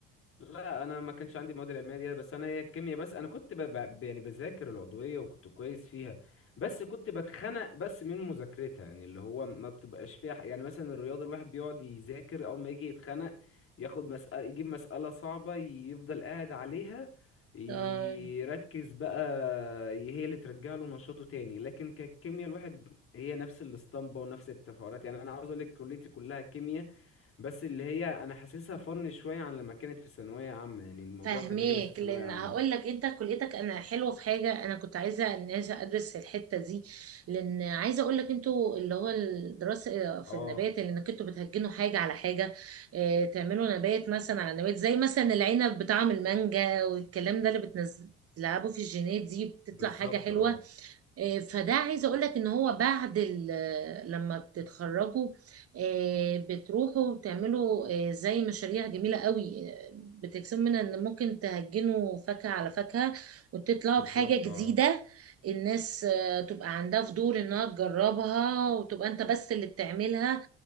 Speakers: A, on the left (about 45°); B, on the right (about 45°).
A: لا انا ما كانش عندي المواد العلميه دي بس انا هي الكيمياء بس انا كنت ب... ب... يعني بذاكر العضويه وكنت كويس فيها بس كنت بتخنق بس من مذاكرتها يعني اللي هو ما بتبقاش فيها ح- يعني مثلا الرياضه الواحد بيقعد يذاكر اول ما يجي يتخنق ياخد مسألة يجيب مسألة صعبة يفضل قاعد عليها يركز
B: اه
A: بقى هي اللي ترجع له نشاطه تاني لكن كالكيمياء الواحد هي نفس الاسطمبة ونفس التفاعلات يعني انا عاوز اقول لك كليتي كلها كيمياء بس اللي هي انا حاسسها فن شويه عن لما كانت في ثانويه عامه يعني الموضوع
B: فاهماك
A: كان غلس في ثانويه
B: لان
A: عامه
B: هقول لك انت كليتك انا حلوه في حاجه انا كنت عايزه ان أنا ادرس في الحته دي لان عايزه اقول لك انتوا اللي هو الدراسه في
A: اه
B: النبات اللي انك انتوا بتهجنوا حاجه على حاجه اه تعملوا نبات مثلا على نبات زي مثلا العنب بطعم المانجا والكلام ده اللي بتنزل تلعبوا في الجينات دي بتطلع
A: بالظبط
B: حاجه حلوه
A: اه
B: آه، فده عايزه اقول لك ان هو بعد ال- آه، لما بتتخرجوا آه، بتروحوا تعملوا آه، زي مشاريع جميله قوي آه، بتكسبوا منها ان ممكن تهجنوا فاكهه على فاكهه وتطلعوا
A: بالظبط
B: بحاجه جديده
A: اه
B: الناس آه، تبقى عندها فضول انها تجربها وتبقى انت بس اللي بتعملها